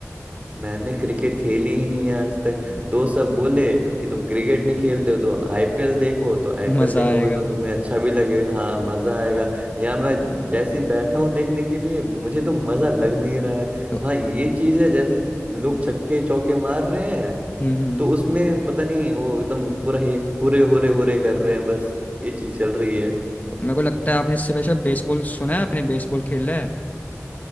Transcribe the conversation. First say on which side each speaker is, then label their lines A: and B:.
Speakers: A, on the right; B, on the left.
A: मैंने क्रिकेट खेली ही नहीं है आज तक दोस्त सब बोले कि तुम क्रिकेट नहीं खेलते हो तो आईपीएल देखो तो आईपीएल
B: मज़ा
A: देखोगे
B: आएगा
A: तो तुम्हें अच्छा भी लगेगा हाँ मजा आएगा यहाँ मैं जैसे ही बैठा हूँ देखने के लिए मुझे तो मजा लग नहीं रहा है
B: तो
A: हाँ ये चीज है जैसे लोग छक्के चौके मार रहे हैं
B: हम्म हम्म
A: तो उसमें पता नहीं वो एकदम पूरा हे हुरे हुरे हुरे कर रहे हैं बस ये चीज चल रही है
B: तो मेरे को लगता है आपने इससे पहले शायद बेसबॉल सुना है आपने बेसबॉल खेला है